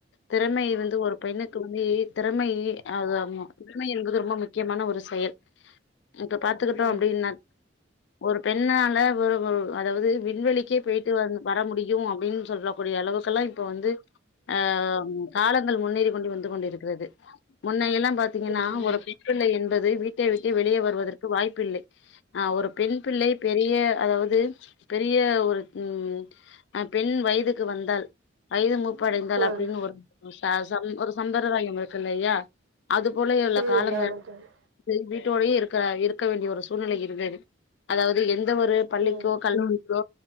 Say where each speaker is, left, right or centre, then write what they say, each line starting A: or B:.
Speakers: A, on the left; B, on the right.
A: திறமை இருந்தும் ஒரு பெண்ணுக்கு வந்து திறமை அது ஆமா திறமை என்பது ரொம்ப முக்கியமான ஒரு செயல், இப்ப பா த்துக்கிட்டோ
B: ம்
A: அப்டின்னா ஒரு பெண் பெண்ணால ஒ ஒரு அதாவது விண்வெளிக்கே போயிட்டு வ வர முடியு அப்டின்னு சொல்லக்கூடிய அளவுக்கு எல்லா இப்ப வந்து அ காலங்கள் முன்னேறி கொண்டு வந்து கொண்டு இருக்கிறது முன்ன எல்லாம் பாத்தீங்கனா
B: ம்
A: ஒரு பெண்பிள்ளை என் பது வீட்டை விட்டு வெளியே வருவதற் க்கு வாய்ப்பில்லை ஆ ஒரு பெண் பிள்ளை பெரிய அதாவது பெரிய ஒரு ம் பெண் வயதுக்கு வந்தால் வயது மூப் படைந்தால்
B: ம்
A: அப்படின்னு ஒரு ச சம் ஒரு சம்பரதாயம் இருக்கு இல்லையா அது போல உள்ள
B: ம்
A: காலங்கள்
B: ஆமா தோழி
A: வீட்டு உள்ளயே இருக் க இரு க்க வேண்டிய ஒரு சூழ்நிலை இருந்தது அதாவது எந் த ஒரு பள்ளிக்கோ
B: ம்
A: கல்வி க்கோ